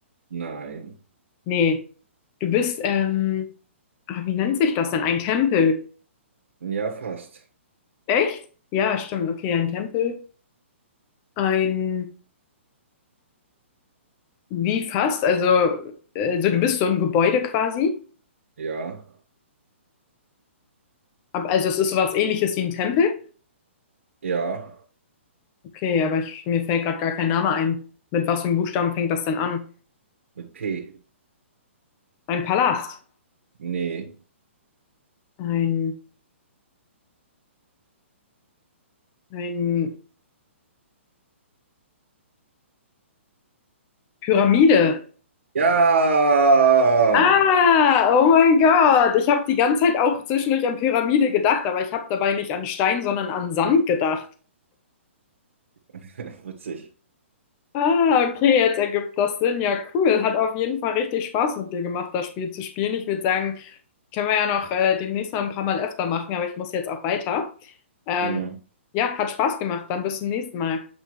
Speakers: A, on the right (about 85°); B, on the left (about 25°).
A: Nein.
B: Nee. Du bist, ähm, ah, wie nennt sich das denn? Ein Tempel.
A: Ja, fast.
B: Echt? Ja, stimmt. Okay, ein Tempel. Ein, wie fast? Also, äh, also du bist so ein Gebäude quasi.
A: Ja.
B: Ab- Also es ist sowas ähnliches wie ein Tempel.
A: Ja.
B: Okay, aber ich, mir fällt gerade gar kein Name ein. Mit was für einem Buchstaben fängt das denn an?
A: Mit P.
B: Ein Palast.
A: Nee.
B: Ein, ein Pyramide.
A: Ja!
B: Ah, oh mein Gott. Ich habe die ganze Zeit auch zwischendurch an Pyramide gedacht, aber ich habe dabei nicht an Stein, sondern an Sand gedacht.
A: <laughs> Witzig.
B: Ah, okay, jetzt ergibt das Sinn. Ja, cool. Hat auf jeden Fall richtig Spaß mit dir gemacht, das Spiel zu spielen. Ich würde sagen, können wir ja noch äh, demnächst mal ein paar Mal öfter machen, aber ich muss jetzt auch weiter. Ähm,
A: Hm.
B: ja, hat Spaß gemacht. Dann bis zum nächsten Mal.